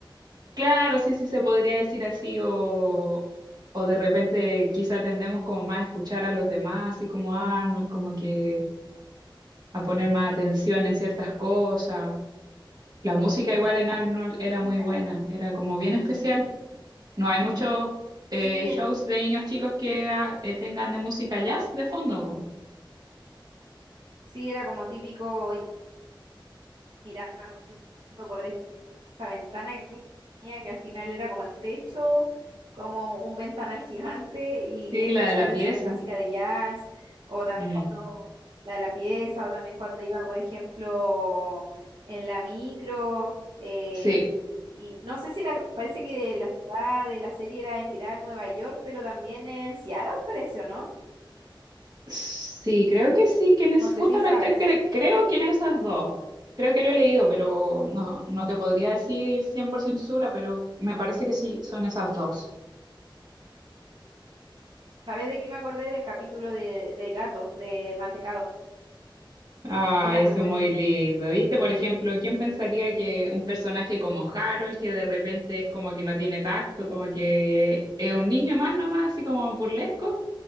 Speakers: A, on the right; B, on the right.
A: Claro, sí, sí se podría decir así, o, o de repente quizá tendemos como más a escuchar a los demás, así como Arnold, como que a poner más atención en ciertas cosas. La música igual en Arnold era
B: Mira,
A: muy buena, era como bien especial. No hay muchos
B: sí,
A: eh,
B: es-
A: shows de niños chicos que ah, eh, tengan de música jazz de fondo, po.
B: sí era como típico mirando por esa ventana que tenía, que al final era como el techo, como un ventanal gigante y
A: Sí,
B: escuchándose
A: la de la pieza.
B: música de jazz, o también
A: Mm,
B: cuando la de la pieza, o también cuando iba, por ejemplo, en la micro. eh,
A: Sí.
B: y no sé si era, parece que la ciudad de la serie era inspirada en Nueva York, pero también en Seattle, parece, ¿o no?
A: Sí, creo que sí, que es
B: No sé
A: justamente
B: si sabes.
A: cre- creo que en esas dos. Creo que lo he leído, pero no, no te podría decir 100% segura, pero me parece que sí, son esas dos.
B: ¿Sabes de qué me acordé del capítulo de- del gato, de Mantecado?
A: Ay,
B: Era muy
A: eso
B: bueno.
A: es muy lindo. ¿Viste? Por ejemplo, ¿quién pensaría que un personaje como Harold, que de repente es como que no tiene tacto, como que es un niño más nomás, así como burlesco,